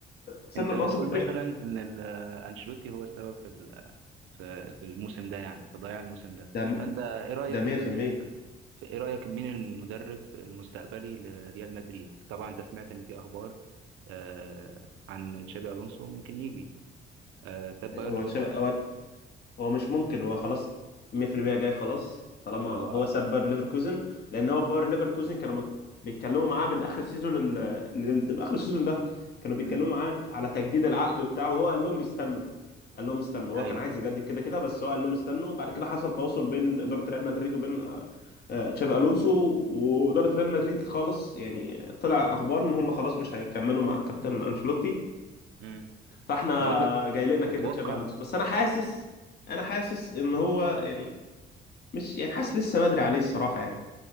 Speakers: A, on the left; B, on the right.
A: خسرنا
B: انت
A: باوسخ
B: بتقول
A: طريقه
B: مثلا ان ال- انشيلوتي هو السبب في ال- في في الموسم ده يعني في ضياع الموسم ده
A: ده
B: فانت ايه رايك
A: ده 100%
B: في, في ايه رايك مين المدرب المستقبلي لريال مدريد طبعا انت سمعت ان في اخبار آه عن تشابي الونسو ممكن يجي آه ساب بايرن
A: هو
B: ليفركوزن
A: تشابي هو هو مش ممكن هو خلاص 100% جاي خلاص طالما
B: والله
A: هو ساب باير ليفركوزن لان هو باير ليفركوزن كانوا مت... بيتكلموا معاه من اخر السيزون ال... ال... ال- اخر السيزون ده كانوا بيتكلموا
B: امم
A: معاه على تجديد العقد وبتاع وهو قال لهم استنوا قال لهم استنوا هو
B: ايوه
A: كان عايز يجدد كده كده بس هو قال لهم استنوا وبعد كده حصل تواصل بين اداره ريال مدريد وبين آه، آه، تشابي الونسو واداره ريال مدريد خالص يعني طلع اخبار ان هم خلاص مش هيكملوا مع الكابتن انشيلوتي
B: امم
A: فاحنا
B: طب انت
A: جاي لنا كده
B: تتوقع
A: تشابي الونسو بس انا حاسس انا حاسس ان هو يعني مش يعني حاسس لسه بدري عليه الصراحه يعني